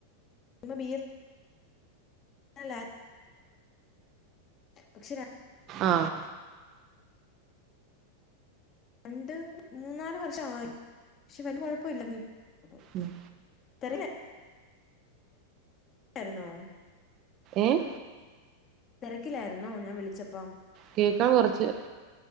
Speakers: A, on the left (about 30°); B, on the right (about 35°).
A: ബി എസ് അല്ല പക്ഷെ
B: ആഹ്
A: രണ്ട് മൂന്ന് നാല് വർഷായി പക്ഷെ വലിയ കുഴപ്പ ഇല്ലായിരുന്നു ഈ
B: ഉം
A: <unintelligible> ആരുന്നോ
B: ഏഹ്
A: തിരക്കിലായിരുന്നോ ഞാൻ വിളിച്ചപ്പ
B: കേൾക്കാൻ കുറച്ച്